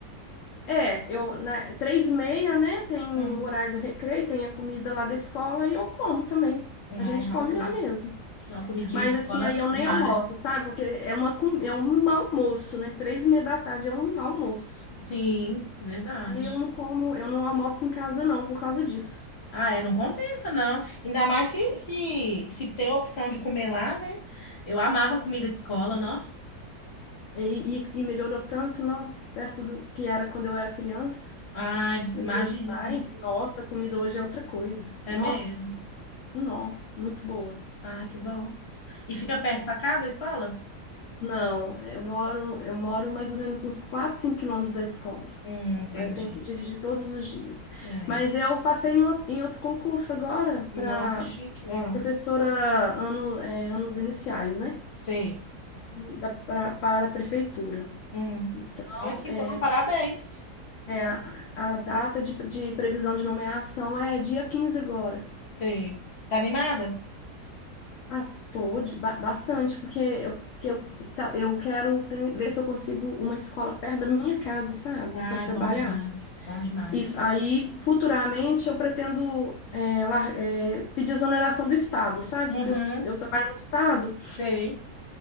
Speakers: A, on the left; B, on the left.
A: É, eu, né, três e meia, né? Tem o
B: Hum,
A: horário do recreio, tem a comida lá da escola e eu como também.
B: ah,
A: A gente
B: arrasou.
A: come lá mesmo.
B: Uma comidinha
A: Mas
B: de escola
A: assim, aí eu nem
B: é mara.
A: almoço, sabe? Porque é uma, com- é um almoço, né? Três e meia da tarde é um almoço.
B: Sim, verdade.
A: E eu não como, eu não almoço em casa não, por causa disso.
B: Ah, é, não compensa, não. Ainda mais se, se, se tem a opção de comer lá, né? Eu amava comida de escola, não?
A: E, e, e melhorou tanto, nossa, perto do que era quando eu era criança.
B: Ai,
A: Melhorou
B: imagina,
A: demais.
B: viu?
A: Nossa, a comida hoje é outra coisa. Nossa,
B: É mesmo.
A: nó, muito boa.
B: Ah, que bom. E fica perto da sua casa, a escola?
A: Não, eu moro, eu moro mais ou menos uns 4, 5 quilômetros da escola.
B: Hum, entendi.
A: Aí eu tenho que dirigir todos os dias.
B: É.
A: Mas eu passei em outro, em outro concurso agora
B: Nó,
A: para
B: que chique. Ah,
A: professora ano, é, anos iniciais, né?
B: sei.
A: E da- pra- para a prefeitura.
B: Hum.
A: Então,
B: Ai, que
A: é,
B: bom, parabéns.
A: é a, a data de, de previsão de nomeação é dia 15 agora.
B: Sei. Tá animada?
A: Ah, estou bastante, porque eu, que eu, tá- eu quero ten- ver se eu consigo uma escola perto da minha casa, sabe?
B: Ai,
A: Para trabalhar.
B: bom demais, bom demais.
A: Isso. Aí, futuramente, eu pretendo é, lar- é, pedir exoneração do Estado, sabe?
B: Uhum,
A: Porque eu, s- eu trabalho no Estado
B: sei.